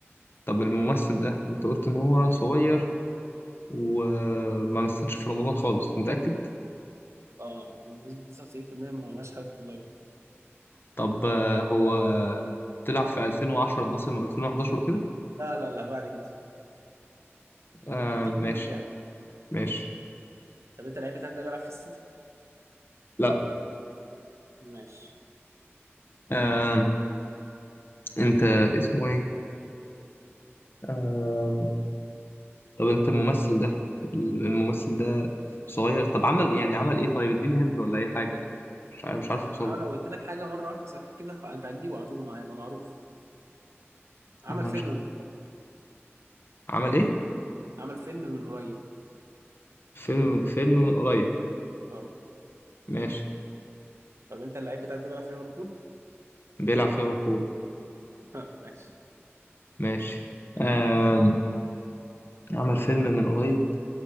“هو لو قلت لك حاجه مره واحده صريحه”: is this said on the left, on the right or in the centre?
Right